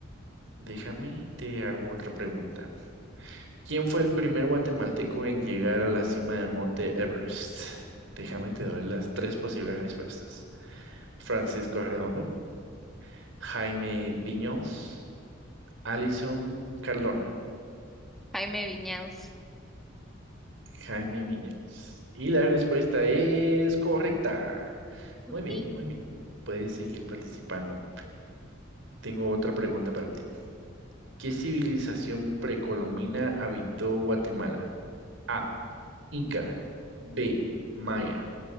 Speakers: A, on the right (about 80°); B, in the centre.
A: Déjame, te hago otra pregunta. ¿Quién fue el primer guatemalteco en llegar a la cima del monte Everest? Déjame, te doy las tres posibles respuestas. Francisco Redondo, Jaime Viñols, Alison Cardona.
B: Jaime Viñals.
A: Jaime Viñols. Y la respuesta es correcta.
B: Upi.
A: Muy bien, muy bien. Puedes seguir participando. Tengo otra pregunta para ti. ¿Qué civilización precolombina habitó Guatemala? A. Inca. B. Maya.